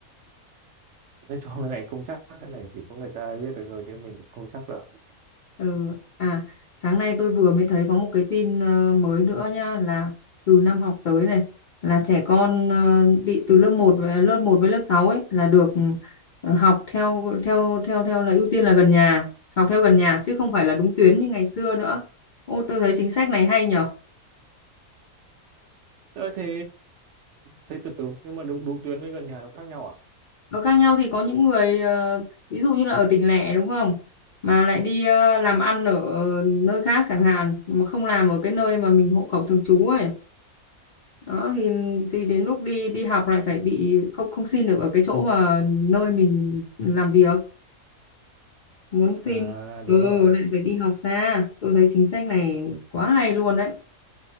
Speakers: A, on the right; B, on the left.
A: nói chung cái này không chắc cái này chỉ có người ta biết được thôi chứ mình không chắc đâu
B: Ừ. À, sáng nay tôi vừa mới thấy có một cái tin ờ, mới nữa nha là từ năm học tới này là trẻ con ờ, đi từ lớp một với lớp một với lớp 6 ấy là được ờ, học theo theo theo theo là ưu tiên là gần nhà, học theo gần nhà chứ không phải là đúng tuyến như ngày xưa nữa. Ô tôi thấy chính sách này hay nhở.
A: Thế thế thế từ từ nhưng mà đúng đúng tuyến với gần nhà nó khác nhau à?
B: nó khác nhau thì có những người ờ, ví dụ như là ở tỉnh lẻ đúng không mà lại đi ờ, làm ăn ở nơi khác chẳng hạn mà không làm ở cái nơi mà mình hộ khẩu thường trú ấy đó thì thì đến lúc đi đi học lại phải bị không không xin được ở cái chỗ mà nơi mình làm việc muốn xin
A: À đúng
B: ừ
A: rồi.
B: lại phải đi học xa tôi thấy chính sách này quá hay luôn đấy